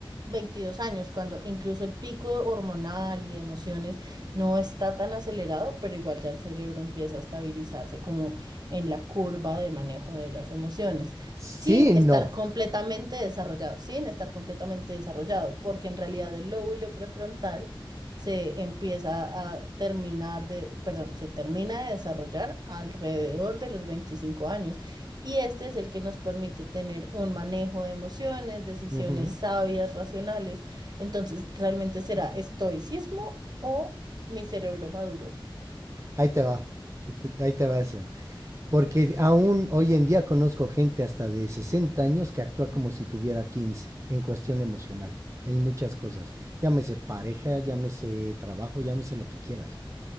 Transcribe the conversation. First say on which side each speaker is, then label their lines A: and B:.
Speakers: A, on the right; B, on the right.
A: 22 años, cuando incluso el pico hormonal y de emociones no está tan acelerado, pero igual ya el cerebro empieza a estabilizarse como en la curva de manejo de las emociones.
B: Sí,
A: sin estar
B: no.
A: completamente desarrollado, sin estar completamente desarrollado, porque en realidad el lóbulo prefrontal se empieza a terminar de, perdón, se termina de desarrollar alrededor de los 25 años. Y este es el que nos permite tener un manejo de emociones, decisiones
B: Ujú.
A: sabias, racionales. Entonces, ¿realmente será estoicismo o mi cerebro maduro?
B: Ahí te va. y te- Ahí te va eso. Porque aún hoy en día conozco gente hasta de 60 años que actúa como si tuviera 15 en cuestión emocional, en muchas cosas. Llámese pareja, llámese trabajo, llámese lo que quieras.